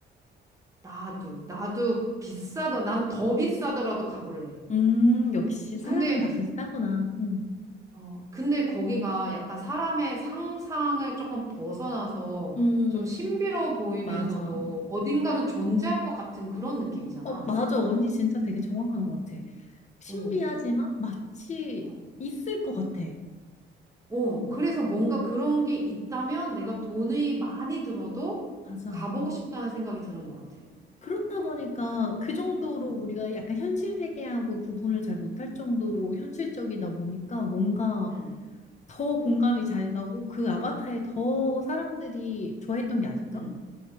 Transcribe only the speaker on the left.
음, 역시 사람은
다 비슷하구나. 응.
응, 응,
응.
맞아.
맞아, 맞아.
어, 맞아. 언니 진짜 되게 정확한 것 같아. 신비하지만
마치
있을 것 같아.
맞아.
그렇다 보니까 그 정도로
우리가 약간 현실 세계하고 구분을 잘 못할 정도로 현실적이다 보니까 뭔가
더 공감이 잘 가고 그 아바타에 더
사람들이 좋아했던 게 아닐까?